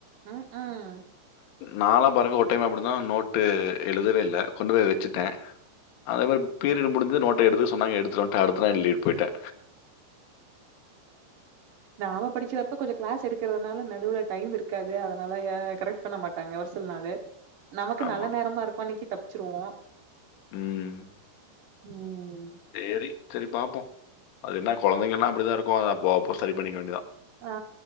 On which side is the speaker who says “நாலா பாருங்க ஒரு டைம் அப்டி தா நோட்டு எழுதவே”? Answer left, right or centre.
Left